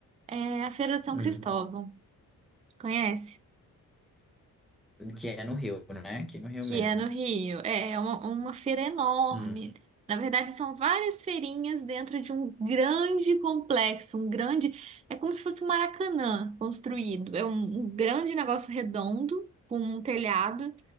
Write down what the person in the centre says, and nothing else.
Hum.
Que é no Rio, né? Aqui no Rio
mesmo.
Hum.